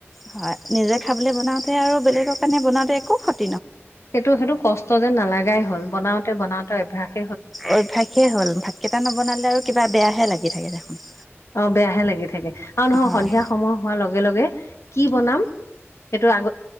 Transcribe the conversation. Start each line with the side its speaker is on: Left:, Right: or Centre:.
Centre: হয় নিজে খাবলৈ বনাওঁতে আৰু বেলেগৰ কাৰণে বনাওঁতে একো সত
Left: সেইটো সেইটো কষ্ট যেন নালাগাই হল বনাওতে বনাওতে অভ্যাস।
Centre: অভ্যয়াসে হ'ল ভাত কেইটা নবনালে আৰু কিবা বেয়াহে লাগি থাকে দেখোন।
Left: অ বেয়াহে লাগি থাকে আৰু নহয়
Centre: হয়
Left: সন্ধিয়া সময় হোৱাৰ লগে লগে কি বনাম সেইটো আগ